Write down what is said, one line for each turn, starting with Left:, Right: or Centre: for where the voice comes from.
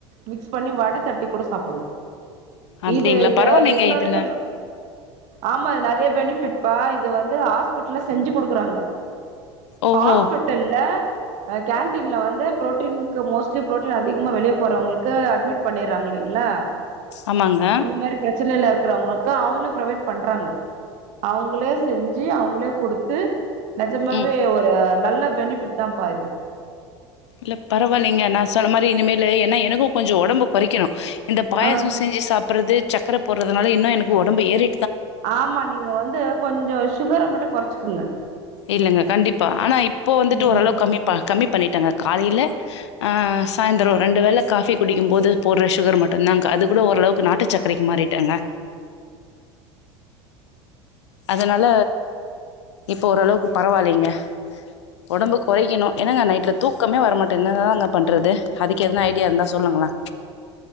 Right: மிக்ஸ் பண்ணி வட தட்டி கூட சாப்பல்ல
Left: அப்டிங்களா
Right: இது இது
Left: பரவாயில்லைங்க
Right: ரெகுலரா
Left: இதுல
Right: நம்ம ஆமா இது நிறைய பெனிஃபிட் பா இது வந்து ஹாஸ்பிட்ல்ல செஞ்சு குடுக்குறாங்க
Left: ஓஹோ
Right: ஹாஸ்பிட்டல்ல ஹ கேண்டடீன்ல வந்து புரோட்டீன்க்கு மோஸ்ட்லி புரோட்டீன் அதிகமா வெளிய போறவங்களுக்கு அட்மிட் பண்ணிறாங்க இல்லைங்ளா
Left: ஆமாங்க
Right: இந்த மாரி பிரச்சனைலரு க்றவங்களுக்க அவுங்களே ப்ரொவைட் பண்றாங்க அவுங்களே செஞ்சு அவுங்களே கொடுத்து ஜம்மாவே
Left: ம்
Right: ஒரு நல்ல பெனிஃபிட்தாப்பா இது
Left: இல்ல பரவாலைங்க நா சொன்ன மாரி இனிமேலு என்னா எனக்கு கொஞ்சோ ஒடம்பு கொறைக்கணு இந்த பாயசோ
Right: ஆ
Left: செஞ்சு சாப் ப்புறது சக்கர போட்றதுனால இன்னு எனக்கு ஒடம்பு ஏறி
Right: ஆமா நீங்க வந்து கொஞ்சோ சுகர மட்டு கொறச்சுக்குங்க
Left: இல்லங்க கண்டிப்பா ஆனா இப்போ வந்துட்டு
Right: ம்
Left: ஓரளவ்க் கம்மி ப கம்மி பண்ணிட்டங்க காலையில ஆ சாய்ந்ரொ ரெண்டு வேல காஃபி குடிக்கு போது போடுற சுகர் மட்டுதாக்க அது கூடஓளவுக் நாட்டு சக் கரைக்கு மாறிட்டங்க அதனால இப்போ ஓரளவுக்கு பரவாலைங்க ஒடம்பு குறைக்கணு ஏன்னங்க நைட்ல தூக்கமே வரமாட்ந்து என்னதாங்க பண்றது அதுக்கு எதன ஐடியா இருந்தா சொல்லுங்ளே